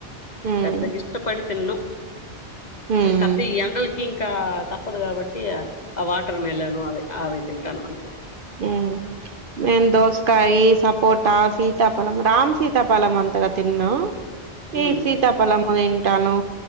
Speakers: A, on the right; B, on the left.
A: ఉమ్
B: పెద్దగిష్టపడి తిను
A: ఉమ్
B: కతె ఈ ఎండలకి కా తప్పదు కాబట్టి ఆ వాటర్ మెలను అవె ఆవె తింటాను అంతే
A: ఊ నేను దోసకాయి సపోట సీతాఫలం రామ్ సీతాఫలం అంతగా తిన్ను
B: ఉమ్
A: ఈ సీతాపలం అదిన్ ట్టను